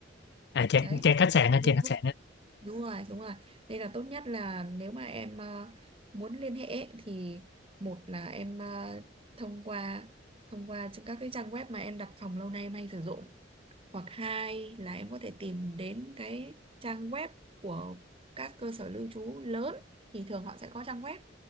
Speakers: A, on the left; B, on the right.
A: à, trang,
B: đấy
A: trang khách sạn á
B: thì
A: trang khách
B: tốt
A: sạn
B: đúng rồi đúng rồi đây là tốt nhất là nếu mà em ờ, muốn liên hệ ấy, thì một là em ờ, thông qua thông qua các cái trang web mà em đặt phòng lâu nay em hay sử dụng hoặc hai là em có thể tìm đến cái trang web của các cơ sở lưu trú lớn thì thường họ sẽ có trang web